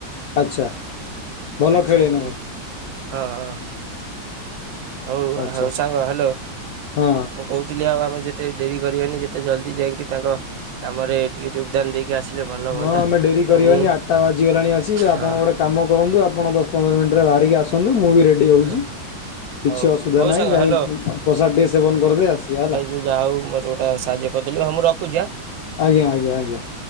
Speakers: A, on the left; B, on the right.
A: ଆଚ୍ଛା। ଭଲ
B: ଆଚ୍ଛା
A: ଖେଳେ ନା
B: ଠିକ୍
A: କଣ?
B: ହଁ ହଁ। ହଉ
A: ଆଚ୍ଛା
B: ସାଙ୍ଗ ହ୍ୟାଲୋ
A: ହଁ
B: ମୁ କହୁଥିଲି ଆଉ ଆମେ ଯେତେ ଡେରି କରିବାନି ଯେତେ ଜଲଦି ଯାଇକି ତାଙ୍କ କାମରେ ଟିକେ ଯୋଗଦାନ ଦେଇକି ଆସିଲେ ଭଲ
A: ହଁ
B: ହୁଅନ୍ତା
A: ଆମେ ଡେରି କରିବାନି
B: ଆଉ ମୁଁ
A: ଆଠଟା ବାଜିଗଲାଣି ଆସି ଆପଣ
B: ହଁ
A: ଗୋଟେ କାମ କରନ୍ତୁ ଆପଣ ଦଶ ପନ୍ଦର ମିନିଟେ ବାହାରିକି ଆସନ୍ତୁ ମୁଁ ବି ରେଡ଼ି ହଉଛି।
B: ହଁ ହଉ
A: କିଛି ଅସୁବିଧା
B: ହଉ
A: ନାହିଁ
B: ସାଙ୍ଗ
A: ଯାଇ
B: ହ୍ୟାଲୋ
A: ପ୍ରସାଦ ଟିକେ ସେବନ କରିଦେଇ ଆସିବ ହେଲା।
B: ଯା ହଉ ମୋର ଗୋଟା ସାହାଯ୍ୟ କରିଦେଲି ହଁ ମୁଁ ରଖୁଛି ଆଁ।
A: ଆଜ୍ଞା ଆଜ୍ଞ ଆଜ୍ଞା।